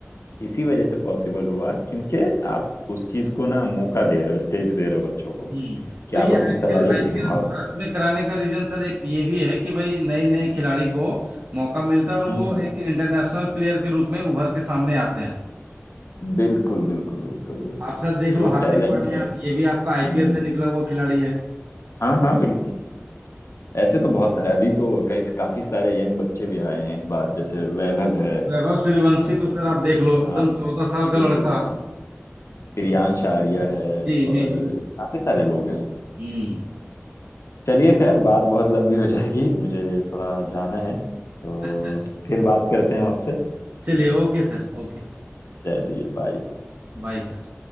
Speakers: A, on the left; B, on the right.
A: इसी वजह से पॉसिबल हुआ क्योंकि आप उस चीज को ना मौका दे रहे हो स्टेज दे रहे हो बच्चों को
B: हम्म
A: कि
B: तो
A: आप
B: ये
A: अपनी
B: आईपीएल
A: सलाहियत
B: आईपीएल
A: दिखाओ
B: भारत में कराने का रीजन सर एक ये भी है कि भाई नए नए खिलाड़ी को मौका मिलता है और
A: हम्म
B: वो एक इंटरनेशनल प्लेयर के रूप में उभर के सामने आते हैं
A: बिल्कुल बिल्कुल बिल्कुल बिल्कुल
B: आप सर देख लो
A: जो
B: हार्दिक
A: टैलेंट
B: पांड्या
A: है
B: ये भी
A: हम्म
B: आपका आईपीएल से निकला हुआ खिलाड़ी है
A: हाँ हाँ बिल्कुल ऐसे तो बहुत सारे अभी तो कई काफी सारे यंग बच्चे भी आए हैं इस बार जैसे वैभव है
B: वैभव सूर्यवंशी
A: और
B: को सर आप देख लो
A: हाँ
B: एकदम चौदह साल का
A: बिल्कुल
B: लड़का
A: बिल्कुल प्रियांश आर्या है
B: जी
A: और
B: जी जी
A: काफी सारे लोग हैं
B: हम्म
A: चलिए खैर बात बहुत लंबी हो जाएगी मुझे थोड़ा जाना है तो
B: अच्छा अच्छा
A: फिर बात करते हैं आपसे
B: चलिए okay sir okay
A: चलिए बाय
B: Bye sir